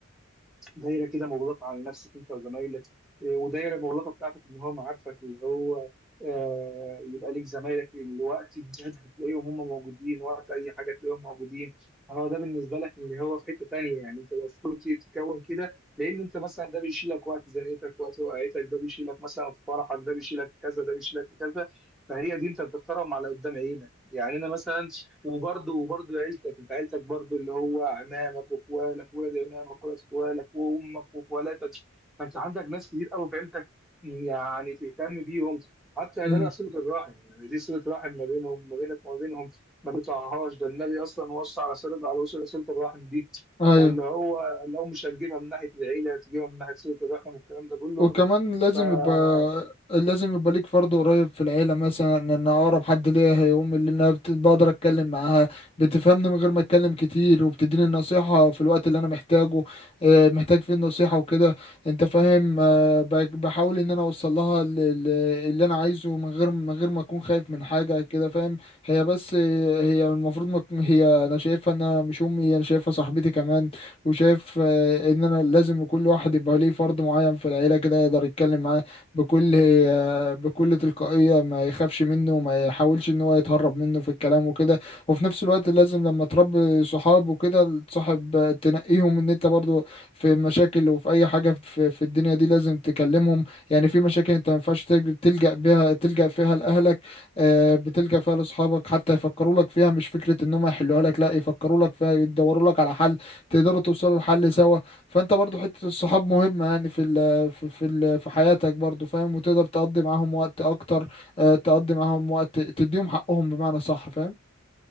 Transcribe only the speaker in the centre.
دايره كده مغلقه على نفسك انت وزمايلك إيه، ودايره مغلقه بتاعتك ان هو معارفك اللي هو آه، يبقى ليك زمايلك اللي وقت الجد تلاقيهم هم موجودين وقت اي حاجه تلاقيهم موجودين فهو ده بالنسبه لك اللي هو في حته تانيه يعني انت المفروض تكون كده لان انت مثلا ده بيشيلك وقت زنقتك وقت وقعتك ده بيشيلك مثلا في فرحك ده بيشيلك في كذا ده بيشيلك في كذا فهي دي انت بتختارهم على قدام عينك يعني انا مثلا وبرضه وبرضه عيلتك انت عيلتك برضه اللي هو عمامك واخوالك ولاد عمامك ولاد اخوالك وامك واخوالاتك فانت عندك ناس كتير قوي في عيلتك يعني تهتم بيهم حتى
يا جدع صلة الرحم يعني دي صلة رحم ما بينهم ما بينك وما بينهم ما تقطعهاش ده النبي اصلا وصى على صلة على وصل صلة الرحم دي
فاللي هو لو مش هتجيبها من ناحية العيلة تجيبها من ناحية صلة الرحم والكلام ده كله
فا